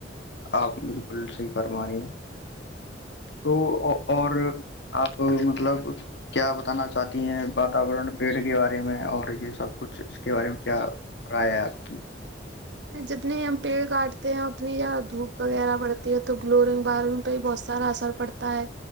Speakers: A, on the left; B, on the right.
A: آپ بالکل صحیح فرما رہی ہیں تو اور آپ مطلب کیا بتانا چاہتی ہیں واتورن پیڑ کے بارے میں اور یہ سب کچھ اس کے بارے میں کیا کرائے آپ کی
B: جتنی ہم پیڑ کاٹتے ہیں اتنی یا دھوپ وغیرہ پڑتی ہے تو گلورنگ بارگ پہ بھی بہت سارا اثر پڑتا ہے